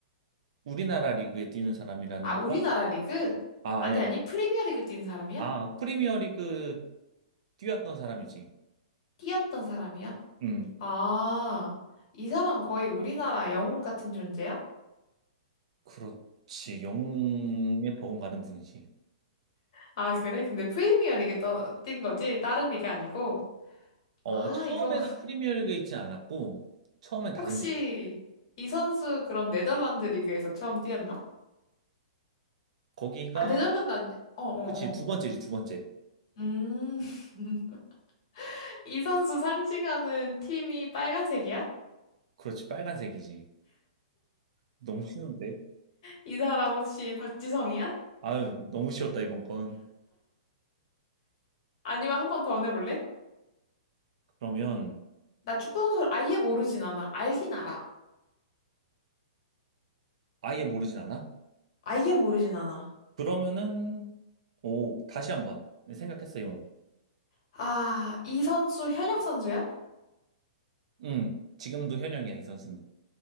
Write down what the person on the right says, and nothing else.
우리나라 리그에 뛰는 사람이라는
건가?
아,
아니,
야
아, 프리미어 리그 뛰었던 사람이지.
음,
그렇지. 영웅에 버금가는 분이지.
어,
처음에는
프리미어 리그에 있지 않았고, 처음엔 다른
데 있어.
거기가
그치,
두 번째지, 두 번째.
그렇지, 빨간색이지. 너무 쉬운데?
아유, 너무 쉬웠다, 이번 건.
그러면,
아예 모르진 않아?
그러면은, 오, 다시 한번 생각했어, 이번.
응, 지금도 현역이야, 이 선수는.